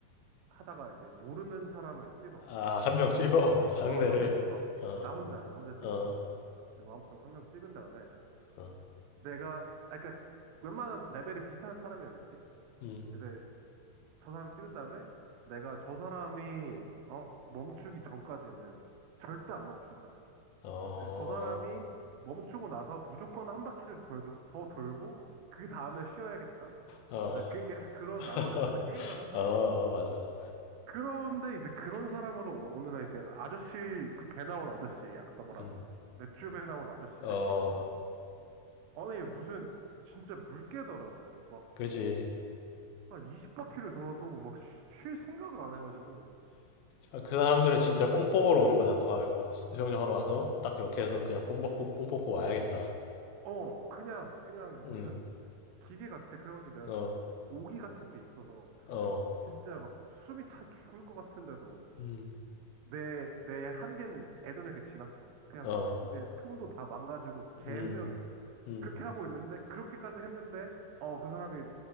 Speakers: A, on the right; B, on the left.
A: 하다가 이제 모르는 사람을 찍어.
B: 아, 한명 찝어, 상대를.
A: 어, 한 명 찍어.
B: 어,
A: 아, 나 혼자, 나 혼자 찍는
B: 어,
A: 거야. 내 마음속으로 한 명 찍은 다음에,
B: 어,
A: 내가, 아, 그러니까 웬만한 레벨이 비슷한 사람이었겠지?
B: 음,
A: 근데 저 사람 찍은 다음에 내가 저 사람이 어 멈추기 전까지는 절대 안 멈춘다.
B: 어,
A: 네, 저 사람이 멈추고 나서 무조건 한 바퀴를 더, 돌- 더 돌고 그 다음에 쉬어야겠다.
B: 어,
A: 네, 그 약간 그런 나만의
B: <laughs>
A: 혼자 게임을 한단
B: 어,
A: 말이야.
B: 맞아.
A: 그런데 이제 그런 사람으로 어느 날 이제 아저씨 그 배 나온 아저씨 아까 말한
B: 음,
A: 맥주 배 나온 아저씨를
B: 어,
A: 찍은 적이 있는데 아니 무슨 진짜 물개더라고 막
B: 그지.
A: 뭐 한 20바퀴를 돌아도 막 쉴 생각을 안 해가지고
B: 아, 그 사람들은 진짜 뽕 뽑으러 오는 거잖아. 아, 이거 수영장 하러 와서 딱 이렇게 해서 그냥 뽕 뽑고, 뽕 뽑고 와야겠다.
A: 어, 그냥, 그냥
B: 음,
A: 무슨 기계 같아. 그래가지고 내가
B: 어,
A: 막 오기 같은 게 있어서
B: 어,
A: 진짜 막 숨이 차 죽을 것 같은데도
B: 음,
A: 내, 내 한계는 예전 이에게 지났어. 그냥
B: 어,
A: 막 이제 폼도 다 망가지고 개수영이야.
B: 음, 음.
A: 그렇게 하고 있는데, 그렇게까지 했는데, 어, 그 사람이